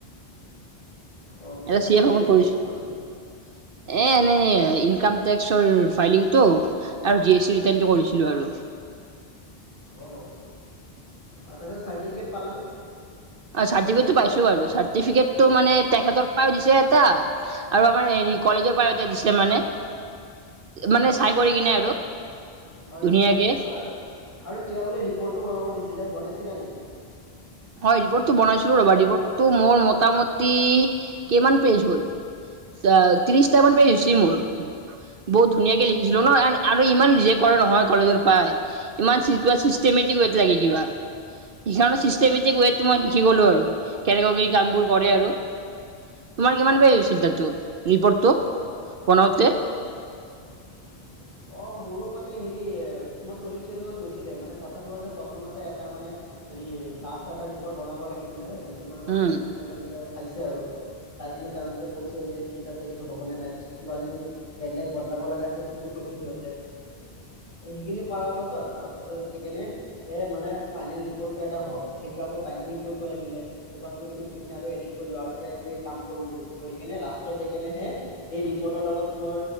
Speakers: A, on the left; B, on the right.
A: অ বেছি
B: এটা
A: কাম
B: <unintelligible>
A: কৰিব লাগে
B: কৰিছো।
A: কি কি কৰিছিলা
B: এ এনেই ইনকাম টেক্সৰ ফাইলিংটো আৰু জিএছটি ৰিটাৰণটো কৰিছিলো আৰু।
A: অ আৰু তাৰছত চাৰ্টিফিকেট পালা নে?
B: অ' চাৰ্টিফিকেটটো পাইছোঁ বাৰু। চাৰ্টিফিকেটটো মানে তেখেতৰ পৰাও দিছে এটা আৰু আমাৰ হেৰি ক লেজৰ পৰাও এটা দিছে মানে। মানে
A: অ
B: চাই কৰি কিনে আৰু।
A: হয়
B: ধুনীয়াকে।
A: হয় আৰু আৰু কিবা বোলে ৰিপৰ্টো বনাব দিছিলে। বনাইছিলা নেকি?
B: হয় ৰিপৰ্টটো বনাইছিলোঁ ৰ'বা। ৰিপৰ্টটো মোৰ মোটামুটি কেইমান পেজ হ'ল ছ- অ'- ত্ৰিশটামান পেজ হৈছি মোৰ। বহুত ধুনীয়াকে লিখিছিলোঁ ন'। আৰু ইমান নিজে কৰে নহয় কলেজৰ পাই ইমান ছি- কিবা ছিষ্টৈমেটিকত লাগে কিবা। সিকাৰণে টোৱে মই শিকি গ'লো আৰু। কেনেকুৱা কি কামবোৰ কৰে আৰু। তোমাৰ কিমান পেজ হৈছি দাৰটো? ৰিপৰ্টটো? বনাওতে?
A: <unintelligible> অ' মোৰো মানে হেৰি তোমাৰ চল্লিশ পেজমান গৈছিলে, মানে কথাটো হ'ল যে প্ৰথমতে এটা মানে হেৰি ড্ৰাফ এটা ৰিপ'ৰ্ট বনাব লাগিছিলে, যিটো মানে প্ৰথমে
B: উম
A: টিচাৰেবিলাকে চাইছে আৰু। চাই কেনে তেওঁলোকে কৈছে যে, ঠিক আছে। এইটো হ'ব নে নাই। তিছত কিবা যদি বেদলেগ বদলাব লগা আছে সে ইটো কৈছে সিহঁতে। সেইখিনি কৰাৰ পাছত। তাৰ পাছত দি কেনে সেই মানে ফাইনেল ৰিপৰ্টটো এটা হ'ল। সেই টো আকৌ বাইণ্ডিং কৰিব লাগিলে। দোকানত গৈ কেনে গোটেইখিনি আৰু এডিট কৰিলোঁ। আৰু কিবা-কিবি কাম কৰিলোঁ। কৰি কেনে লাষ্ট ত যাইকেনে হে সেই ৰিপোৰ্টৰ লগত মোৰ